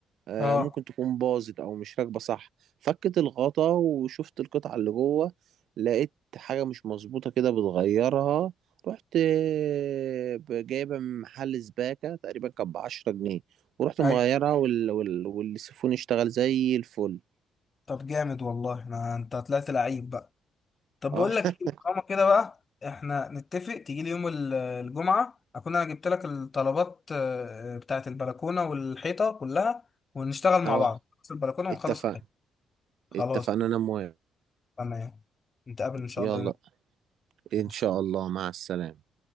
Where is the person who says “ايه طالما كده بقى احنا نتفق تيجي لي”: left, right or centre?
Left